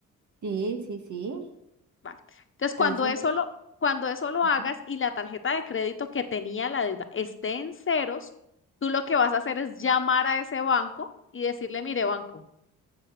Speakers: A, on the right; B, on the left.
A: sí, sí, sí.
B: Vale. Entonces, cuando
A: Entonces,
B: eso lo, cuando eso lo
A: ujú,
B: hagas y la tarjeta de crédito que tenía la deuda esté en ceros, tú lo que vas a hacer es llamar a ese banco y decirle, mire, banco,